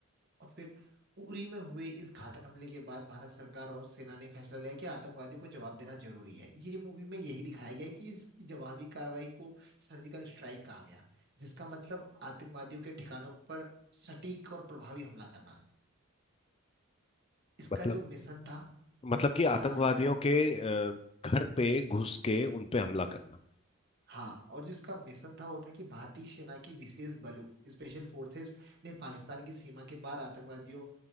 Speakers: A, on the right (about 45°); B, on the left (about 25°).
A: और फिर उरी में हुए इस घातक हमले के बाद भारत सरकार और सेना ने फैसला लिया कि आतंकवादियों को जवाब देना जरूरी है ये मूवी में यही दिखाया गया है कि इसकी जवाबी कार्रवाई को सर्जिकल स्ट्राइक कहा गया जिसका मतलब आतंकवादियों के ठिकानों पर सटीक और प्रभावी हमला करना इसका
B: हम्म।
A: जो मिशन था
B: मतलब कि आतंकवादियों
A: हाँ इसका
B: के अ, घर पे घुस के उन पे हमला करना
A: हाँ और जिसका मिशन था वो था कि भारतीय सेना की विशेष बलों स्पेशल फोर्सेस ने पाकिस्तान की सीमा के पार आतंकवादियों